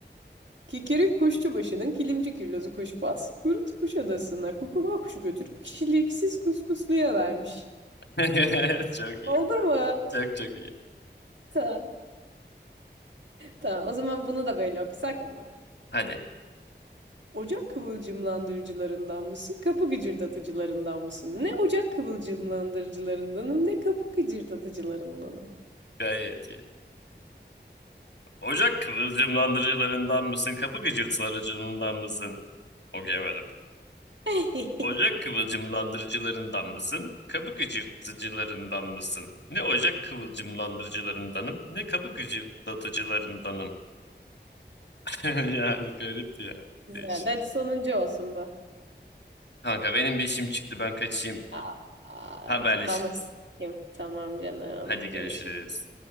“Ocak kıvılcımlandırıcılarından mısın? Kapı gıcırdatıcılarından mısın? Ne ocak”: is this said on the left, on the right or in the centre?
Right